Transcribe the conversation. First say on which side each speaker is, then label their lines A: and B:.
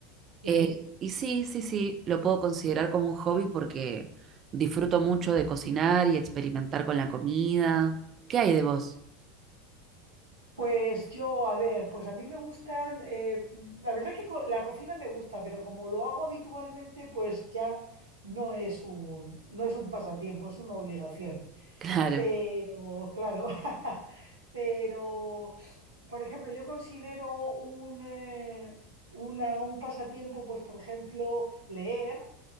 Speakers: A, on the right; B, on the right.
A: sí.
B: Eh, y sí, sí, sí, lo puedo considerar como un hobby porque disfruto mucho de cocinar y experimentar con la comida. ¿Qué hay de vos? <laughs>
A: Pues yo, a ver, pues a mí me gustan, eh, la verdad que co- la cocina me gusta, pero como lo hago habitualmente, pues ya no es un, no es un pasatiempo, es una obligación.
B: Claro.
A: Pero, claro, <laughs> pero, por ejemplo, yo considero un, eh, una- un pasatiempo, pues por ejemplo, leer.